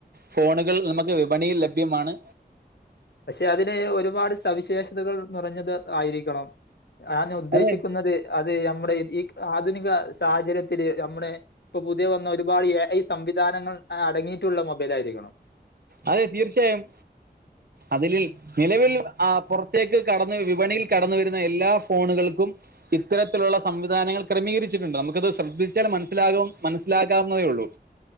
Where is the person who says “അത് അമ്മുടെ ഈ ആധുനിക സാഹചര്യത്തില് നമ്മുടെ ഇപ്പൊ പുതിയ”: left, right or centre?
Left